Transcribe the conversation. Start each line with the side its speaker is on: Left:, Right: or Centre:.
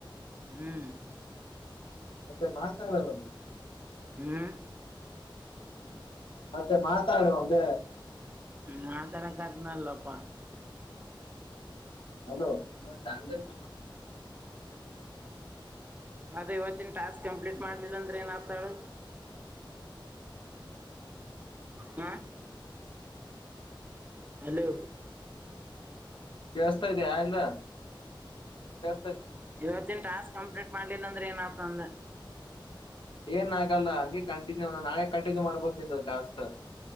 Right: ಹ್ಮ್
Left: ಮತ್ತೆ ಮಾತಾಡಲ್ಲರು
Right: ಹ್ಮ್
Left: ಮತ್ತೆ ಮಾತಾಡುವ ಅಂದ
Right: ಮತಾರಕತ್ನ ಲೋಪ
Left: ಹಲೋ ಚ ಸಮ
Right: ಅದ ಇವತ್ತಿನ ಟಾಸ್ಕ್ ಕಂಪ್ಲೀಟ್ ಮಾಡ್ಲಿಲ್ಲ ಅಂದ್ರೆ ಏನ್ ಆತಾಳ ಹಾಂ ಹಲೋ
Left: ಕೇಳಿಸ್ತಾ ಇದೆಯಾ ಇಲ್ಲ ಕೇಳಸ್ತಾ
Right: ಇವತ್ತಿನ ಟಾಸ್ಕ್ ಕಂಪ್ಲೀಟ್ ಮಾಡ್ಲಿಲ್ಲ ಅಂದ್ರೆ ಏನತಂದ
Left: ಏನ್ ಆಗಲ್ಲ ಹಂಗೆ ಕಂಟಿನ್ಯೂ ನಾಳೆ ಕಂಟಿನ್ಯೂ ಮಾಡ್ಬೋದು ನಿಂದು ಟಾಸ್ಕ್